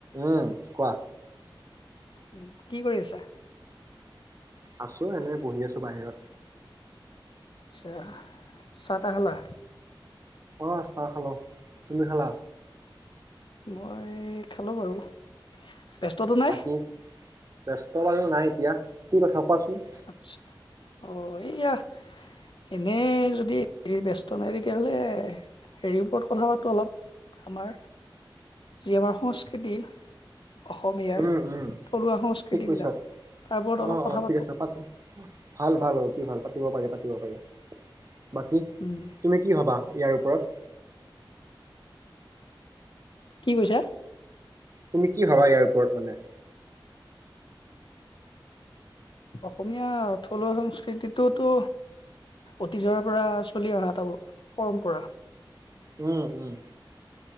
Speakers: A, on the right; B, on the left.
A: উম, কোৱা
B: উম, কি কৰি আছা
A: আছো এনে বহি আছো বাহিৰত
B: আচ্ছা চাহ তাহ খালা
A: অ', চাহ খালো তুমি খালা
B: মই খালোঁ বাৰু ব্যস্ততো নাই?
A: বাকী ব্যস্তাৰও নাই এতিয়া কি কথা কোৱাচোন
B: আচছা অ এইয়া এনে যদি ব্যস্ত নাই তেতিয়াহলে হেৰিৰ ওপৰত কথা পাতো অলপ আমাৰ যি আমাৰ সংস্কৃতি অসমীয়াৰ
A: উম উম
B: থলুৱা সংস্কৃতিবিলাক
A: ঠিক কৈছা
B: তাৰ ওৰত অলপ
A: অ
B: কথা
A: অ ঠিক
B: পাতো
A: আছে ভাল ভাল অতি ভাল পাতিব পাৰি পাতিব পাৰি বাকী
B: উম
A: তুমি কি ভাবা ইয়াৰ ওপৰত
B: কি কৈছা
A: তুমি কি ভাবা ইয়াৰ ওপৰত মানে
B: অসমীয়া থলুৱা সংস্কৃতিটোতো অতীজৰ পৰা চলি অহা এটা পৰম্পৰা।
A: উম, উম।